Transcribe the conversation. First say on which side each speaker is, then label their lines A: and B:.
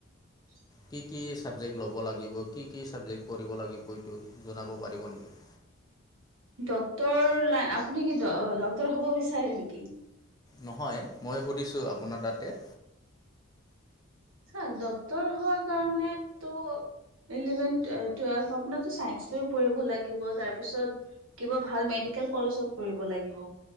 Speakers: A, on the right; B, on the left.
A: <inaudible>
B: কি কি ছাবজেক্ট ল'ব লাগিব, কি কি ছাবজেক্ট পঢ়িব লাগিব এইটো জনাব পাৰিব নেকি?
A: ডক্টৰ লাইন, আপুনি কি ডক্টৰ হ'ব বিচাৰে নেকি?
B: নহয়, মই সুধিছোঁ আপোনাৰ তাতে
A: চাক ডক্টৰ হোৱাৰ কাৰণেতো ইলেভেন, টুৱেলভ আপোনাৰো চাইন্স লৈ পঢ়িব লাগিব। তাৰপিছত কিবা ভাল মেডিকেল কলেজত পঢ়িব লাগিব।